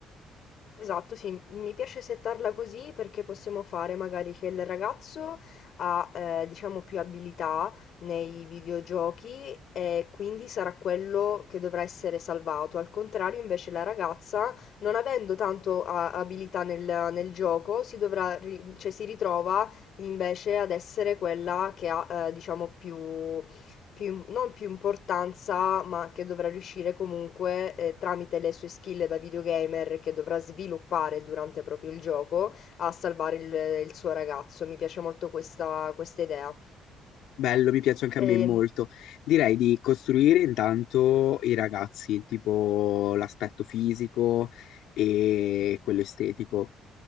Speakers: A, on the left; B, on the left.
A: Esatto, sì, mi piace settarla così perché possiamo fare magari che il ragazzo ha, eh, diciamo, più abilità nei videogiochi e quindi sarà quello che dovrà essere salvato. Al contrario, invece, la ragazza, non avendo tanto a- abilità nel, nel gioco, si dovrà, ri- cioè, si ritrova invece ad essere quella che ha, eh, diciamo, più più- non più importanza, ma che dovrà riuscire comunque eh, tramite le sue skill da videogamer che dovrà sviluppare durante proprio il gioco a salvare il, il suo ragazzo. Mi piace molto questa, questa idea.
B: Bello, mi piace anche
A: Ehm,
B: a me molto. Direi di costruire intanto i ragazzi, tipo l'aspetto fisico e quello estetico.